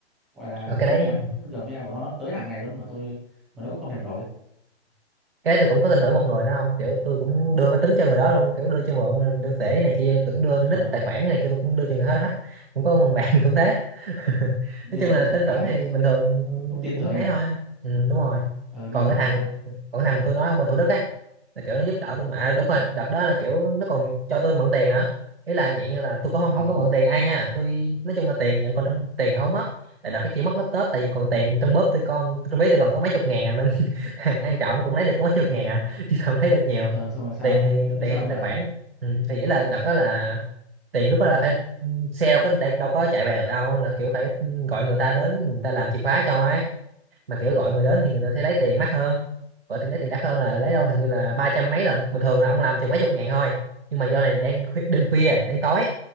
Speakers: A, in the centre; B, on the right.
A: gọi là
B: Ờ, cái đấy
A: tin nhắn Gmail của nó tới hàng ngày luôn mà tôi mà nó cũng không thèm đổi
B: cái đấy tôi cũng có tin tưởng một người đó không kiểu tôi cũng đưa máy tính cho người đó luôn kiểu đưa cho mượn đưa tể này kia tưởng đưa nick
A: ờ
B: tài khoản này kia tôi cũng đưa cho người hết hết cũng có một bạn <laughs> cũng thế <laughs>
A: nghe
B: nói chung là
A: vậy
B: tên
A: trái
B: tưởng thì bình thường
A: cũng tin
B: cũng
A: tưởng
B: ấy
A: nhỉ
B: thôi ừ, đúng rồi
A: ừ
B: còn
A: nhưng mà
B: cái thằng còn cái thằng tôi nói ông bên Thủ Đức ấy là kiểu nó giúp đỡ tôi mà à, đúng
A: ừ.
B: rồi đợt đó là kiểu nó còn cho tôi mượn tiền nữa ý là dạng như là tôi có không không
A: ờ
B: có mượn tiền ai nha tôi nói chung là tiền vẫn còn trong tiền không mất tại đợt cái chỉ mất laptop tại vì còn tiền trong bóp tôi còn trong ví tôi còn có mấy chục ngàn à, nên <laughs> thằng An Trọng nó cũng lấy được có mấy chục
A: ờ
B: ngàn à <laughs> chứ không lấy được nhiều
A: ờ xong rồi sao
B: tiền thì
A: nó, nó
B: tiền
A: cho
B: thì
A: ông
B: trong
A: mượn
B: tài khoản
A: à
B: ừ, thì nghĩa là đợt đó là tiền lúc đó là phải xe đâu có đâu, đâu có chạy về được đâu là kiểu phải ừ, gọi người ta đến người ta làm chìa khóa cho ấy mà kiểu gọi người đến thì người ta sẽ lấy tiền mắc hơn gọi tiền lấy tiền đắt hơn là lấy đâu hình như là ba trăm mấy lần bình thường là ông làm chừng mấy chục ngàn thôi nhưng mà do này đang khuya, đêm khuya đến tối